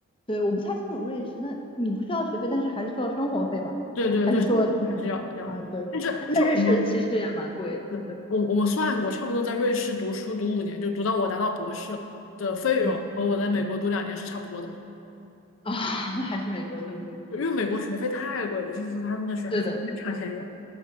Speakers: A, on the left; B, on the left.
A: 对我不太清楚瑞士，那你不需要学费，但是还是需要生活费吧？
B: 对对对，
A: 还是说
B: 生活费还是要的，要的。
A: 啊，对，
B: 但是就我们，
A: 那瑞士其实也蛮贵的，
B: 对，
A: 对，
B: 我我们算过，差不多在瑞士读书读五年，就读到我拿到博士的费用和我在美国读两年是差不多的，
A: 嗯啊，<laughs> 还是美国更贵，
B: 因为美国学费太贵了，
A: 对，
B: 就是他们的学费真的超便宜。
A: 对的，